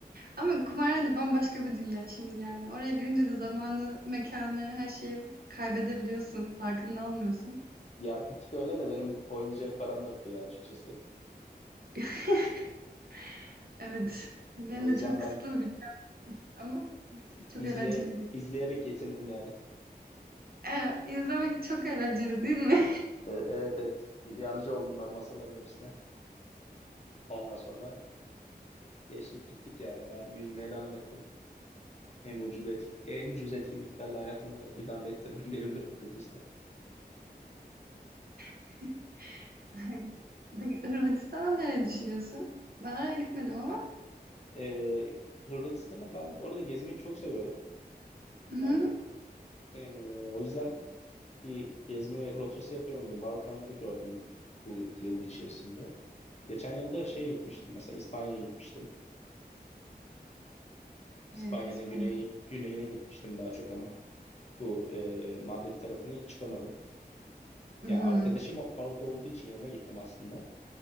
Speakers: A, on the right; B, on the left.
A: Ama kumarhane de bambaşka bir dünya şimdi yani. Oraya girince de zamanı, mekanı, her şeyi kaybedebiliyorsun. Farkında olmuyorsun.
B: Ya bir tık öyle de benim oynayacak param yoktu ya açıkçası.
A: <laughs> Evet. Benim
B: O yüzden
A: de çok
B: ben
A: kısıtlı bir bütçem ama çok
B: izle
A: eğlenceliydi.
B: izleyerek yetindim yani.
A: Evet, izlemek çok eğlenceli değil mi?
B: E, Evet evet. Yancı oldum ben masaların hepsine. Ondan sonra geçtik gittik yani. Ben yüzmeye devam ettim. En ucuz et, en ucuz etkinliklerle hayatımı idame ettirdim <laughs> diyebilirim Kıbrıs'ta.
A: <laughs> <laughs> Peki Hırvatistan'a nereye düşünüyorsun? Ben oraya gitmedim ama.
B: E, Hırvatistan'a ben bu arada gezmeyi çok seviyorum.
A: Hı hı.
B: Yani e, o yüzden bir gezme rotası yapıyorum. Bir Balkanları gördüm bu yıl içerisinde. Geçen yılda şey gitmiştim mesela İspanya'ya gitmiştim.
A: Ee,
B: İspanya'nın
A: İspanya.
B: güney, güneyine gitmiştim daha çok ama bu e, Madrid tarafına hiç çıkamadım.
A: Hı
B: Ya
A: hı.
B: arkadaşım orada olduğu için yanına gittim aslında.